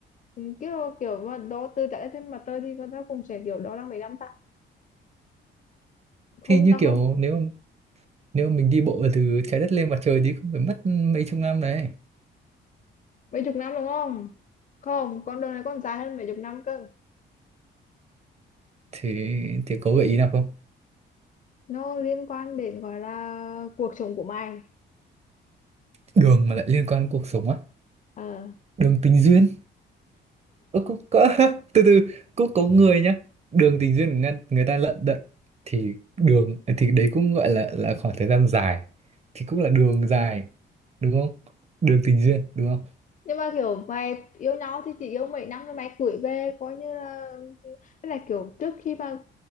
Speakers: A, on the left (about 40°); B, on the right (about 35°).
A: ừm, kiểu kiểu mà đó tư chạy trên mặt trời thì con ta cũng sẽ kiểu đó là mấy năm ta không
B: thì như
A: ta
B: kiểu
A: không
B: nếu nếu mà mình đi bộ từ trái đất lên mặt trời thì cũng phải mất mấy chục năm đấy
A: mấy chục năm đúng không không con đường này còn dài hơn mấy chục năm cơ
B: thì thì có gợi ý nào không
A: nó liên quan đến gọi là cuộc sống của mày
B: đường mà lại liên quan đến cuộc sống á
A: ờ
B: đường tình duyên Ơ, cũng có <laughs> từ từ cũng có người nhá đường tình duyên người, người ta lận đận thì đường thì đấy cũng gọi là là khoảng thời gian dài thì cũng là đường dài đúng không đường tình duyên đúng không
A: nhưng mà kiểu mày yêu nhau thì chỉ yêu mấy năm rồi mày cưới về coi như là tức là kiểu trước khi mà